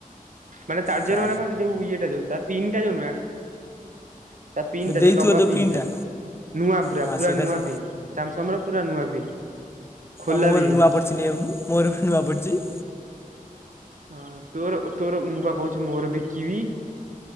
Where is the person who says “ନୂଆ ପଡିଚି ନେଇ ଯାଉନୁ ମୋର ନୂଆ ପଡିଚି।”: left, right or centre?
Left